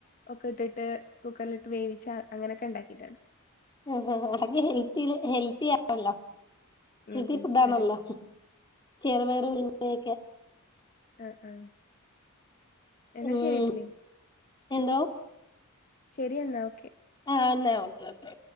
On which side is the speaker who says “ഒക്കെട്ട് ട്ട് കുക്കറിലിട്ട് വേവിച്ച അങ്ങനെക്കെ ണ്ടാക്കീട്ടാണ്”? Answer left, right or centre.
Left